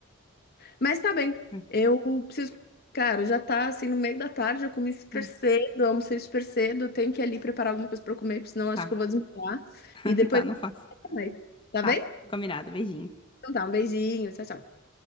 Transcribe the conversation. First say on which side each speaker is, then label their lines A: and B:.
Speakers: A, on the left; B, on the left.
A: Mas tá bem,
B: É.
A: eu preciso. Cara, já tá assim no meio da tarde, eu comi super
B: Hum,
A: cedo, eu almocei super cedo, eu tenho que ir ali preparar alguma coisa pra eu comer, porque senão eu
B: Tá,
A: acho que eu vou desmaiar.
B: <laughs>
A: E depois,
B: tá,
A: a
B: não faço.
A: gente vai. tá
B: Tá,
A: bem?
B: combinado, beijinho.
A: Então tá, um beijinho, tchau, tchau.